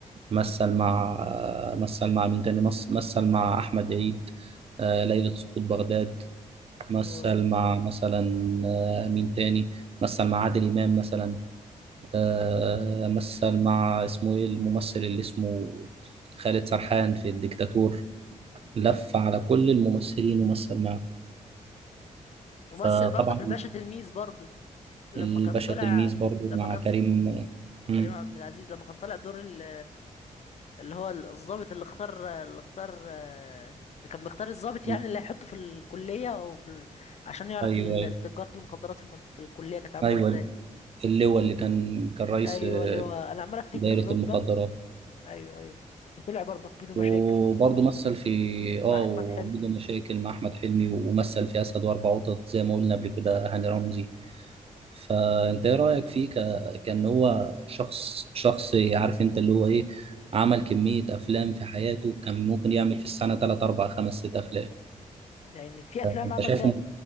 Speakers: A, on the right (about 45°); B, on the left (about 55°).
A: مثل مع مثل مع مين تاني مثل مثل مع احمد عيد آه، ليلة سقوط بغداد
B: كتير
A: مثل مع مثلا آه، مين تاني مثل مع عادل إمام مثلا آه، مثل مع اسمه ايه الممثل اللي اسمه خالد سرحان في الديكتاتور لف على كل الممثلين ومثل معاه
B: ممثل
A: فطبعا
B: برضه في الباشا تلميذ برضه لما
A: الباشا
B: كان طالع
A: تلميذ برضو
B: لما
A: مع
B: كان
A: كريم مم.
B: كريم عبد العزيز لما كان طالع دور ال اللي هو الضابط اللي اختار اللي اختار اللي كان بيختار الضابط
A: مم.
B: يعني اللي هيحطه في الكلية او في ال... عشان يعرف
A: ايوه
B: ال-
A: ايوه
B: تجارة المخدرات في المد... في الكلية كانت عاملة
A: ايوه
B: ازاي
A: اللي هو اللي كان كان رئيس
B: ايوه
A: آه،
B: لواء انا عمال افتكر
A: دايرة
B: الرتبة
A: المخدرات
B: ايوه ايوه وطلع برضه في بينه
A: وبرضه
B: مشاكل
A: مثل في اه
B: مع احمد
A: وجود
B: حلمي
A: المشاكل مع احمد حلمي ومثل في اسد واربع قطط زي ما قلنا قبل كده هاني رمزي فانت ايه رايك فيه ك... كان هو شخص شخص عارف انت اللي هو ايه عمل كميه افلام في حياته كان ممكن يعمل في السنه 3 4 5 6 افلام
B: لان في افلام
A: انت
B: عمل
A: شايفه
B: فيها